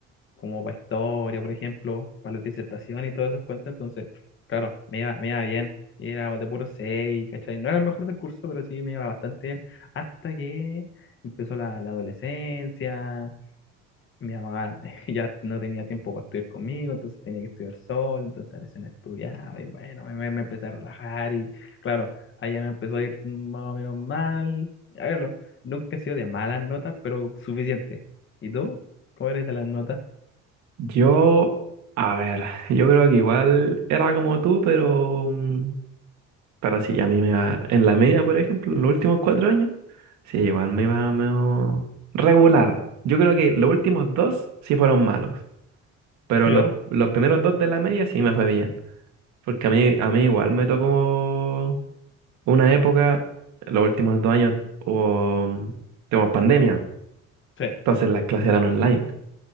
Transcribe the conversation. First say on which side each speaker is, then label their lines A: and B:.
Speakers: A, on the left; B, on the right.
A: como para historia, por ejemplo, para la disertación y todos esos cuentos. Entonces, claro, me iba, me iba bien. Y era de puro seis ¿cachai? No era el mejor del curso, pero sí me iba bastante bien. Hasta que empezó la, la adolescencia mi mamá <laughs> ya no tenía tiempo para estudiar conmigo, entonces tenía que estudiar sola, entonces a veces no estudiaba y bueno, me, me- me empecé a relajar y claro, allá me empezó a ir más o menos mal. A ver, nunca he sido de malas notas, pero suficiente. ¿Y tú? ¿Cómo eres de las notas?
B: Yo, a ver, yo creo que igual era como tú, pero, mm, pero sí, a mí me iba, en la media, por ejemplo, los últimos cuatro años, sí, igual me iba medio regular. Yo creo que los últimos dos sí fueron malos. Pero
A: Ya,
B: los, los primeros dos de la media sí me fue bien. Porque a mí, a mí igual me tocó una época, los últimos dos años hubo, mm, tuvimos pandemia.
A: sí.
B: Entonces las clases eran online.